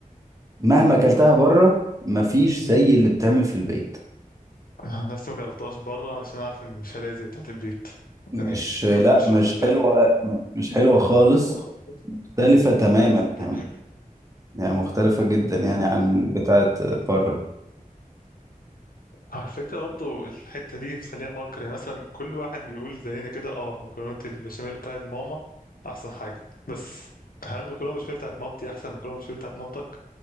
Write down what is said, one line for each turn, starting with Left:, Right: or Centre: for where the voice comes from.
Right: مهما أكلتها بره مفيش زي اللي بتعمل في البيت
Left: <laughs> أنا نفسي ما جربتهاش بره علشان عارف ان مش هلاقي زي بتاعت البيت
Right: مش
Left: يعني مش
Right: لا مش
Left: محتاجة
Right: حلوة مش حلوة خالص
Left: حلوة خالص
Right: مختلفة
Left: مم.
Right: تماما
Left: مختلفة تماما
Right: يعني يعني مختلفة جدا يعني عن بتاعة بره
Left: على فكرة برضه الحتة دي بتخليني أفكر يعني مثلا كل واحد بيقول زينا كده اه مكرونة البشاميل بتاعت ماما أحسن حاجة بس هل مكرونة بشاميل بتاعت مامتي أحسن مكرونة بشاميل بتاعت مامتك؟